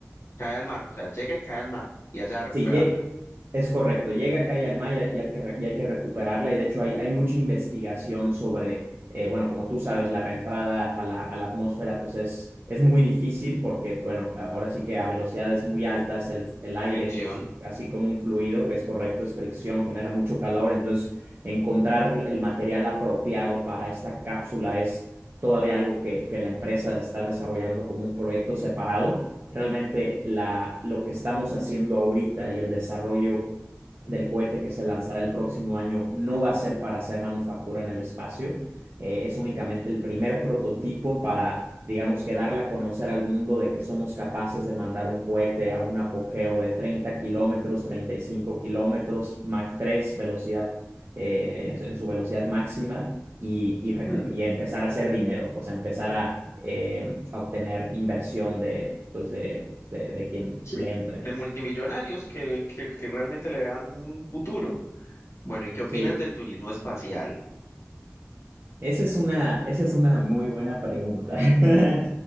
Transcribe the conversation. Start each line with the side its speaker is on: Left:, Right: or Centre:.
Left: cae al mar, o sea, llega y cae al mar y allá a recuperarla.
Right: sí, lle- es correcto. Llega acá y al mar y, hay y hay que, re- y hay que recuperarla. Y de hecho hay, hay mucha investigación sobre, eh, bueno, como tú sabes, la reentrada a la, a la atmósfera pues es, es muy difícil porque, bueno, ahora sí que a velocidades muy altas el, el aire,
Left: Fricción,
Right: pues así como un fluido, que es correcto, es fricción, genera mucho calor. Entonces, encontrar el material apropiado para esta cápsula es todavía algo que, que la empresa está desarrollando como un proyecto separado realmente la, lo que estamos haciendo ahorita y el desarrollo del cohete que se lanzará el próximo año no va a ser para hacer manufactura en el espacio. Eh, es únicamente el primer prototipo para, digamos, que darle a conocer al mundo de que somos capaces de mandar un cohete a un apogeo de 30 kilómetros, 35 kilómetros, Mach tres velocidad, eh, en su en su velocidad máxima y, y,
Left: ujú,
Right: recu- y empezar a hacer dinero, o sea, empezar a, eh, a obtener inversión de, pues de, de, de quien
Left: Sí,
Right: le entre.
Left: de multimillonarios que, que, que realmente le vean un futuro. Bueno, ¿y qué opinas
Right: Sí,
Left: del turismo espacial?
Right: esa es una, esa es una muy buena pregunta. <laughs>